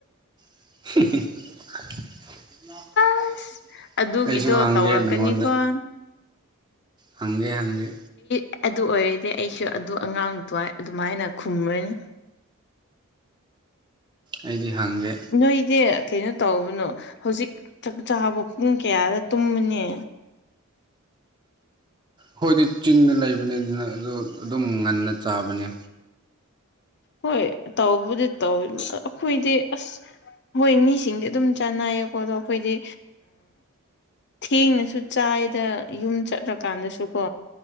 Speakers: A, on the right (about 20°); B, on the left (about 50°).
A: <inaudible>
B: ꯑꯁ ꯑꯗꯨꯒꯤꯗꯣ
A: ꯑꯩꯁꯨ ꯍꯥꯡꯒꯦ
B: ꯇꯧꯔꯛꯀꯅꯤꯀꯣ
A: ꯅꯪꯉꯣꯟꯗ ꯍꯪꯒꯦ ꯍꯪꯒꯦ
B: ꯑꯦ ꯑꯗꯨ ꯑꯣꯏꯔꯗꯤ ꯑꯩꯁꯨ ꯑꯗꯨ ꯑꯉꯥꯡ ꯑꯗꯨꯋꯥꯏ ꯑꯗꯨꯃꯥꯏꯅ ꯈꯨꯝꯈꯅꯤ
A: ꯑꯩꯗꯤ ꯍꯪꯒꯦ
B: ꯅꯣꯏꯗꯤ ꯀꯩꯅꯣ ꯇꯧꯕꯅꯣ ꯍꯧꯖꯤꯛ ꯆꯥꯛ ꯆꯥꯕ ꯄꯨꯡ ꯀꯌꯥꯗ ꯇꯨꯝꯕꯅꯦ
A: ꯍꯣꯏꯗꯤ ꯆꯤꯡꯅ ꯂꯩꯕꯅꯦ ꯑꯗꯨꯅ ꯑꯗꯨ ꯑꯗꯨꯝ ꯉꯟꯅ ꯆꯥꯕꯅꯦ
B: ꯍꯣꯏ ꯇꯥꯎꯕꯨꯗꯤ ꯇꯧ ꯑꯩꯈꯣꯏꯗꯤ ꯑꯁ ꯍꯣꯏ ꯃꯤꯁꯤꯡꯗꯤ ꯑꯗꯨꯝ ꯆꯥꯟꯅꯩꯌꯦꯀꯣ ꯑꯗꯣ ꯑꯩꯈꯣꯏꯗꯤ ꯊꯦꯡꯅꯁꯨ ꯆꯥꯏꯗ ꯌꯨꯝ ꯆꯠꯂꯀꯥꯟꯗꯁꯨꯀꯣ